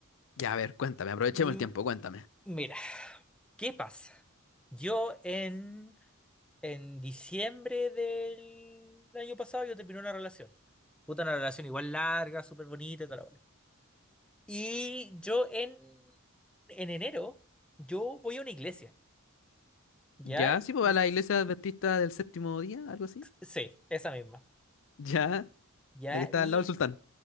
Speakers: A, on the left; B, in the centre.
A: Ya, a ver, cuéntame, aprovechemos
B: Mm,
A: el tiempo, cuéntame.
B: mira. ¿Qué pasa? Yo en, en diciembre del año pasado yo terminé una relación. Puta, una relación igual larga, súper bonita y toda la bola. Y yo en, en enero, yo voy a una iglesia, ¿ya?
A: Ya, sí, pues
B: Y,
A: a la iglesia adventista del séptimo día, algo así.
B: sí, esa misma,
A: Ya,
B: ¿ya?
A: la que está
B: Y
A: al lado del sultán.